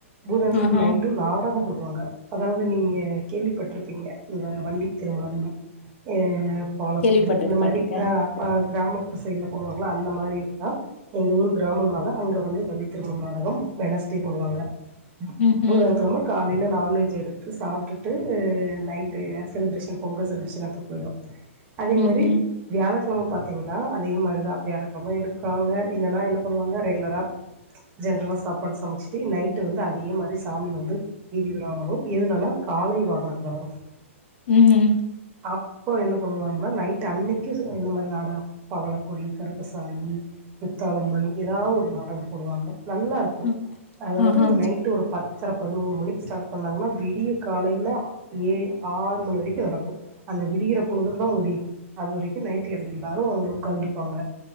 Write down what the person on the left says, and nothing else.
ஆஹா
கேள்விப்பட்ருக்க
பட்ருக்க
ம்
ம்
ம்
ம்
ம் ம்
ம்
ஆஹா